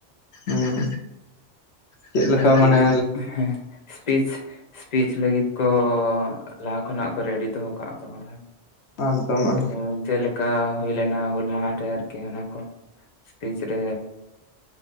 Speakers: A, on the left; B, on the left.
A: ᱩᱸ ᱪᱮᱫ ᱞᱮᱠᱟ
B: ᱟᱨᱠᱤ
A: ᱢᱟᱱᱮ
B: ᱦᱮᱸ ᱥᱯᱤᱪ ᱥᱯᱤᱪ ᱞᱟᱹᱜᱤᱫ ᱠᱚ ᱞᱟᱦᱟ ᱠᱷᱚᱱᱟᱜ ᱠᱚ ᱨᱮᱰᱤ ᱫᱚᱦᱚ ᱠᱟᱜ-ᱟ ᱠᱚ᱾
A: ᱟᱠᱫᱚᱢ ᱟ
B: ᱡᱮᱢᱚᱱ ᱪᱮᱫ ᱞᱮᱠᱟ ᱦᱩᱭ ᱞᱮᱱᱟ, ᱦᱩᱞ ᱢᱟᱦᱟ ᱨᱮ ᱟᱨᱠᱤ ᱚᱱᱟ ᱠᱚ, ᱥᱯᱤᱪ ᱨᱮ